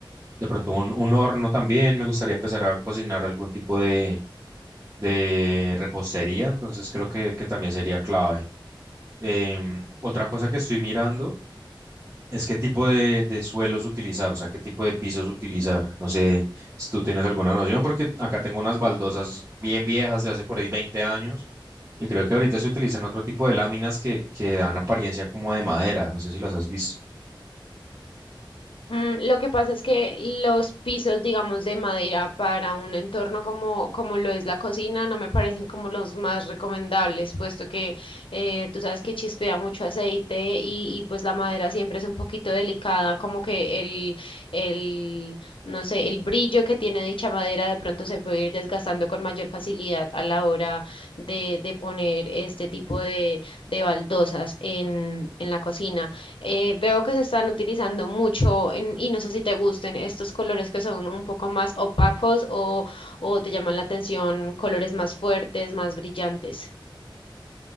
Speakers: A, on the right; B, on the left.
A: de pronto, un, un horno también. Me gustaría empezar a cocinar algún tipo de, de repostería, entonces creo que, que también sería clave. Em, otra cosa que estoy mirando es qué tipo de, de suelos utilizar, o sea, qué tipo de pisos utilizar. No sé si tú tienes alguna noción, porque acá tengo unas baldosas bien viejas de hace por ahí 20 años y creo que ahorita se utilizan otro tipo de láminas que, que dan apariencia como de madera. No sé si las has visto.
B: Mm, Lo que pasa es que los pisos, digamos, de madera para un entorno como, como lo es la cocina, no me parecen como los más recomendables, puesto que eh, tú sabes que chispea mucho aceite y, y pues la madera siempre es un poquito delicada, como que el, el, no sé, el brillo que tiene dicha madera de pronto se puede ir desgastando con mayor facilidad a la hora de, de poner este tipo de, de baldosas en, en la cocina. Eh, veo que se están utilizando mucho en- y no sé si te gusten estos colores que son un poco más opacos o, o te llaman la atención colores más fuertes, más brillantes.